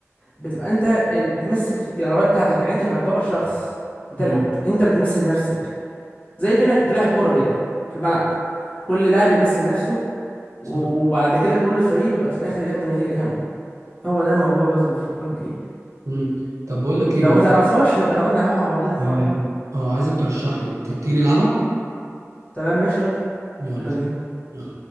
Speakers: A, on the left; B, on the right.
A: بتبقى انت ال- بتمثل العربيه بتاعتك يعني انت تعتبر شخص بتلعب
B: امم
A: انت بتمثل نفسك زي كأنك انت لاعب كورة كده في الملعب كل لاعب يمثل نفسه وبعد
B: صح
A: كده كل فريق بيبقى في الآخر ياخد النتيجة كاملة هو ده الموضوع بس في البروكت ليج
B: امم طب بقول لك ايه
A: لو
B: لو
A: ما تعرفهاش نبقى نقعد نلعبها مع بعضينا في
B: اه
A: مرة
B: آه، عايزك ترشح لي طب تيجي نلعبها
A: تمام ماشي يلا
B: يلا
A: يلا بينا
B: يلا